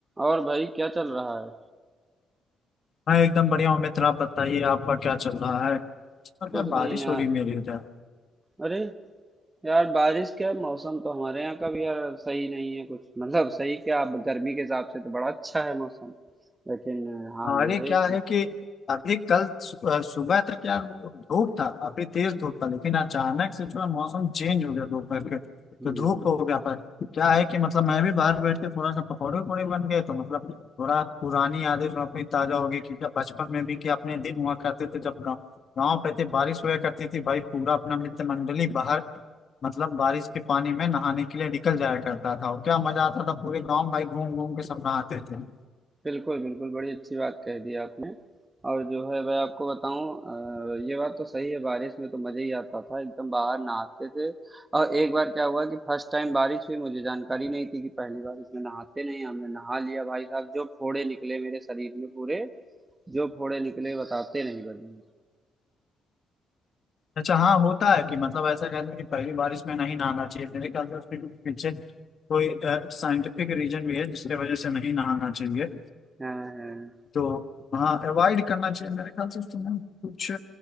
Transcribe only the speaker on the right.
और भाई क्या चल रहा है
कुछ
नहीं यार
अरे यार बारिश क्या मौसम तो हमारे यहाँ का भी यार सही नहीं है कुछ मतलब सही क्या अब गर्मी के हिसाब से तो बड़ा अच्छा है मौसम लेकिन अ, हाँ
ये
है कि
हम्म
बिल्कुल बिल्कुल बड़ी अच्छी बात कह दी आपने और जो है मैं आपको बताऊं अ, ये बात तो सही है बारिश में तो मज़ा ही आता था एकदम बाहर नहाते थे और एक बार क्या हुआ कि फर्स्ट टाइम बारिश हुई मुझे जानकारी नहीं थी कि पहली बार इसमें नहाते नहीं हमने नहा लिया भाई साहब जो फोड़े निकले मेरे शरीर में पूरे जो फोड़े निकले बताते नहीं बने
हाँ हाँ